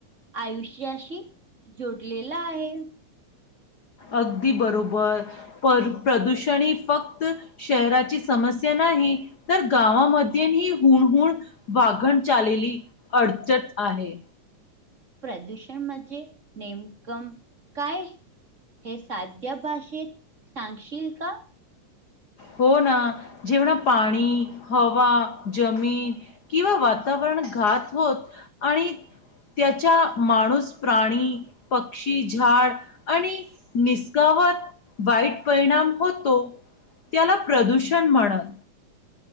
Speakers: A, on the right; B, on the left.
A: आयुष्याशी जोडलेला आहे.
B: अगदी बरोबर. पर प्रदूषण ही फक्त शहराची समस्या नाही. तर गावामध्ये ही हुनहुन वाहत चालेली अडचत आहे.
A: प्रदूषण म्हणजे नेमक काय? हे साध्या भाषेत सांगशील का?
B: हो ना. जेवणा, पाणी, हवा, जमीन किंवा वातावरण घात होत आणि त्याच्या माणूस, प्राणी, पक्षी, झाड आणि निसगवत वाईट परिणाम होतो. त्याला प्रदूषण म्हणत.